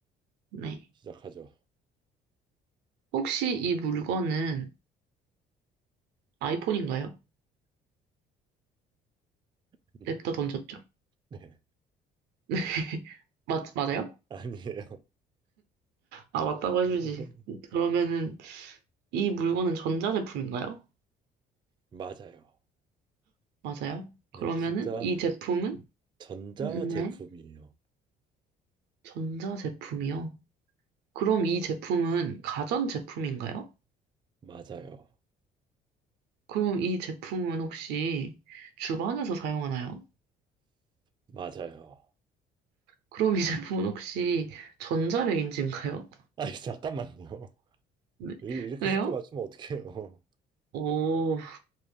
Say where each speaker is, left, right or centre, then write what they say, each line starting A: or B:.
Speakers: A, on the right (about 80°); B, on the right (about 25°).
A: 네.
B: 시작하죠
A: 혹시 이 물건은 아이폰인가요?
B: <laughs>
A: 냅다 던졌죠?
B: 네
A: <laughs> 맞, 맞아요?
B: 아니에요.
A: 아, 맞다고
B: <laughs>
A: 해주지. 그러면은, 이 물건은 전자제품인가요?
B: 맞아요.
A: 맞아요?
B: 네,
A: 그러면은,
B: 진짜
A: 이 제품은?
B: 전자
A: 네.
B: 제품이에요.
A: 전자제품이요. 그럼 이 제품은 가전제품인가요?
B: 맞아요.
A: 그럼 이 제품은 혹시 주방에서 사용하나요?
B: 맞아요.
A: 그럼 이 제품은 <laughs> 혹시 전자레인지인가요?
B: 아니, 잠깐만요.
A: 네.
B: 이- 이렇게
A: 왜요?
B: 쉽게 맞추면 어떡해요.
A: 오,